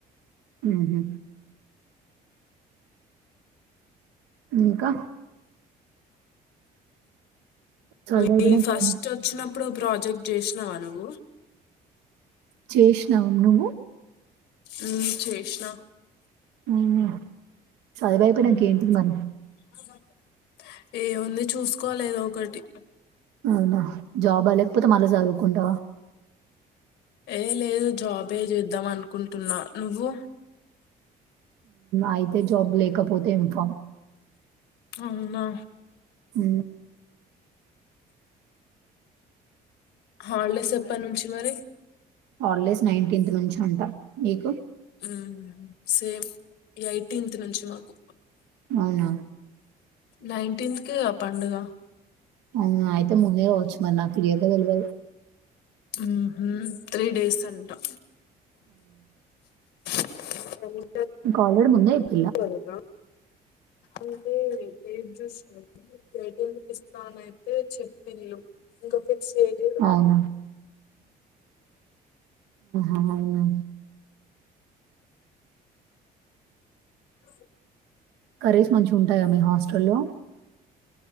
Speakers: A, on the right (about 85°); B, on the left (about 85°).
A: ఉహు ఇంకా చదువు అయిపోయినాక
B: మీ ఫస్ట్
A: ఏం
B: వచ్చినప్పు అప్పుడు ప్రాజెక్ట్ చేసినావా నువ్వు
A: చేసినాం నువ్వు
B: ఉ చేసిణ
A: అవునా చదువు అయిపోయినాక
B: ఉహు
A: ఏంటిది మరి
B: ఏముంది చూసుకోలదు ఒకటి
A: అవునా జాబ్ అలకపోతే మల్ల జధువుకుంటవా
B: ఏ లేదు జాబ్ ఏ చేద్దాం అనుకుంటున్నా నువ్వు
A: అయితే జాబ్ లేకపోతే ఇన్ఫామ్
B: అవునా
A: ఉ
B: హాలిడేస్ ఎప్ప నుంచి మరి
A: హాలిడేస్ నైన్టీన్త్ నుంచి అంట మీకు
B: మ్మ్. సేమ్ నాటీన్త్ నుంచి మాకు
A: అవునా
B: నైన్టీన్త్ క పండుగ
A: అవునా అయితే ముందే వచ్చు మరి నాకు క్లియర్ గా తెలియదు
B: ఉ హు త్రీ డేస్ అంటా అని
A: నీకు ఆల్రెడీ ముందే ఇ
B: అ లాగ అంటే ఫేస్ జూసిల్లు పిస్తా నయితే చెప్పి ల్లు ఇంకా సీడెడ్
A: అవునా ఆవునా
B: అ
A: కరేస్ మంచి ఉంటాయా మీ హాస్టల్లో